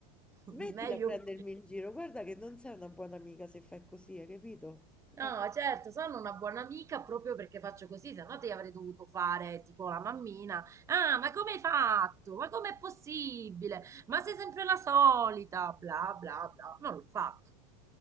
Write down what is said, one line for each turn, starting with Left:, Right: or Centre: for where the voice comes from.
Right: <laughs>
Centre: Smettila
Right: meglio...
Centre: a prendermi in giro, guarda che non sei una buona amica se fai così, hai capito?
Right: No,
Centre: Ah,
Right: certo, sono una buona amica proprio perché faccio così, se no ti avrei dovuto fare tipo la mammina. Ah, ma come hai fatto? Ma com'è possibile? Ma sei sempre la solita, bla bla bla. Non l'ho fatto.